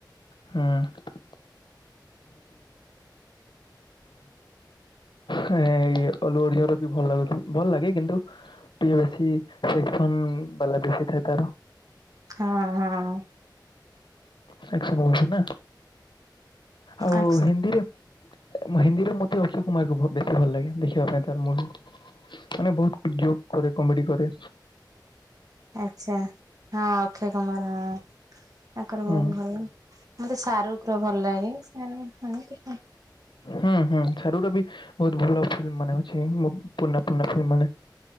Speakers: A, on the left (about 80°); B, on the right (about 50°).
A: ହୁଁ <unintelligible> ହଁଇ ଅଲଓଡ଼ଶାର ବି ଭଲ ଲାଗୁ ଭଲ ଲାଗେ କିନ୍ତୁ ଟିକେ ବେଶୀ ସେକ୍ସନ୍ ବାଲା ବେଶୀ ଥାଏ ତାର।
B: ହଁ ହଁ।
A: ସେକେସନ ହଉଚି ନା ଆଉ
B: ଆକ୍ସ
A: ହିନ୍ଦୀରେ ହିନ୍ଦୀରେ ମତେ ଅକ୍ଷୟ କୁମାରରୁ ବେଶୀ ଭଲ ଲାଗେ ଦେଖିବା ପାଇଁ ତାର ମୁଭି। ମାନେ ବହୁତ ଯୋକ କରେ କମେଡି କରେ।
B: ଆଚ୍ଛା ହଁ ଅକ୍ଷୟ କୁମାର ହଁ ତାଙ୍କର
A: ହୁଁ
B: ବହୁତ ଭଲ ମତେ ଶାରୁଖ ର ଭଲ ଲାଗେ ଶାରୁ ଏମିତି
A: ହୁଁ ହୁଁ ସାରୁୁର ବି ବହୁତ ଭଲ ଫିଲ୍ମ ମାନେ ଅଛି ପୁରୁଣା ପୁରୁଣା ଫିଲ୍ମ ମାନେ